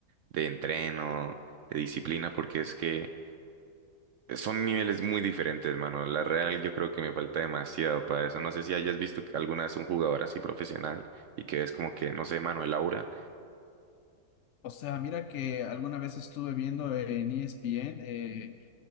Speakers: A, on the right; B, on the left.
A: de entreno, de disciplina, porque es que son niveles muy diferentes, mano. La real yo creo que me falta demasiado para eso. No sé si hayas visto que alguna vez un jugador así profesional y que es como que, no sé, mano, el aura.
B: O sea, mira que alguna vez estuve viendo en ESPN eh,